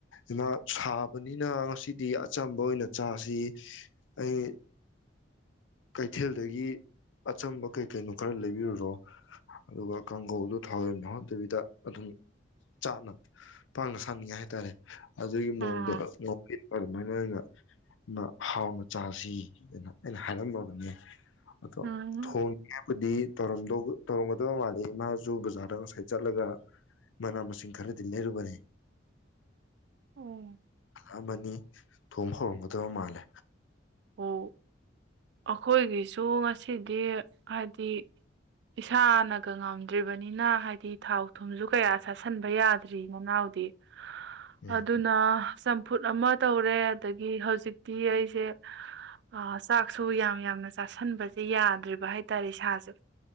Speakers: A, on the left; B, on the right.
A: ꯏꯃꯥ ꯁꯥꯕꯅꯤꯅ ꯉꯁꯤꯗꯤ ꯑꯆꯝꯕ ꯑꯣꯏꯅ ꯆꯥꯁꯤ ꯑꯩ ꯀꯩꯊꯦꯜꯗꯒꯤ ꯑꯆꯝꯕ ꯀꯩ ꯀꯩꯅꯣ ꯈꯔ ꯂꯩꯕꯤꯔꯨꯔꯣ ꯑꯗꯨꯒ ꯀꯥꯡꯒꯧꯗꯨ ꯊꯥꯎ ꯌꯥꯝ ꯍꯥꯞꯇꯕꯤꯗ ꯑꯗꯨꯝ ꯆꯥꯅ ꯄꯥꯡꯅ ꯁꯥꯅꯤꯡꯉꯥꯏ ꯍꯥꯏꯇꯥꯔꯦ ꯑꯗꯨꯒꯤ
B: ꯑꯥ
A: ꯃꯑꯣꯡꯗ ꯑꯗꯨꯃꯥꯏꯅ ꯑꯩꯅ ꯏꯃꯥ ꯍꯥꯎꯅ ꯆꯥꯁꯤ ꯑꯅ ꯑꯩꯅ ꯍꯥꯏꯔꯝ ꯃ ꯕꯅꯦ ꯑꯗꫭ
B: ꯎꯝ
A: ꯊꯣꯡ <inaudible> ꯕꯨꯗꯤ ꯇꯧꯔꯝꯒꯗꯕ ꯃꯥꯜꯂꯤꯦ ꯏꯃꯥꯁꯨ ꯕꯖꯥꯔꯗ ꯉꯁꯥꯏ ꯆꯠꯂꯒ ꯃꯅꯥ ꯃꯁꯤꯡ ꯈꯔꯗꯤ ꯂꯩꯔꯨꯕꯅꯤ
B: ꯑꯣ
A: ꯑꯃꯅꯤ ꯊꯣꯡ ꯍꯧꯔꯝꯒꯗꯕ ꯃꯥꯜꯂꯦ
B: ꯑꯣ ꯑꯩꯈꯣꯏꯒꯤꯁꯨ ꯉꯁꯤꯗꯤ ꯍꯥꯏꯗꯤ ꯏꯁꯥꯅꯒ ꯉꯝꯗ꯭ꯔꯤꯕꯅꯤꯅ ꯍꯥꯏꯗꯤ ꯊꯥꯎ ꯊꯨꯝꯁꯨ ꯀꯌꯥ ꯆꯥꯁꯟꯕ ꯌꯥꯗ꯭ꯔꯤ ꯅꯅꯥꯎꯗꯤ
A: ꯎꯝ
B: ꯑꯗꯨꯅ ꯆꯝ ꯐꯨꯠ ꯑꯃ ꯇꯧꯔꯦ ꯑꯗꯒꯤ ꯍꯧꯖꯤꯛꯇꯤ ꯑꯩꯁꯦ ꯑꯥ ꯆꯥꯛꯁꯨ ꯌꯥꯝ ꯌꯥꯝꯅ ꯆꯥꯥꯁꯟꯕꯁꯦ ꯌꯥꯗ꯭ꯔꯤ ꯕ ꯍꯥꯏꯇꯥꯔꯦ ꯏꯁꯥꯁꯨ